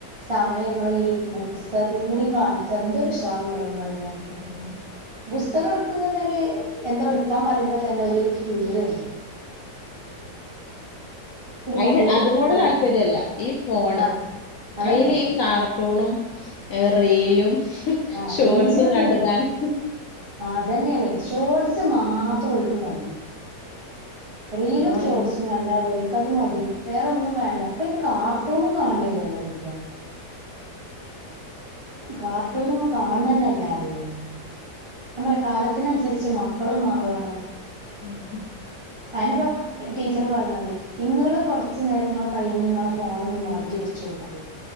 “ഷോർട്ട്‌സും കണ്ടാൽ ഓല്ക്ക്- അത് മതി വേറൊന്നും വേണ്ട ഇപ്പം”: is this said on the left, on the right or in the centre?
Right